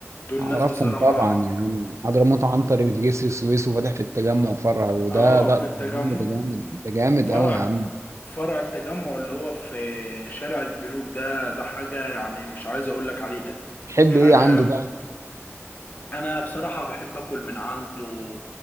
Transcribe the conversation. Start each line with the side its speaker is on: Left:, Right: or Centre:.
Left: دول
Right: اعرفهم
Left: ناس بصراحة
Right: طبعا يعني حضرموت عنتر في جسر السويس وفاتح في التجمع فرع وده
Left: اه
Right: ده
Left: في
Right: ده
Left: التجمع
Right: جامد ده جامد ده جامد
Left: فرع
Right: قوي يا عم
Left: فرع التجمع اللي هو في شارع البنوك ده ده حاجة يعني مش عايز اقول لك عليها
Right: تحب
Left: حاجة
Right: ايه عنده بقى
Left: انا بصراحة بحب اكل من عنده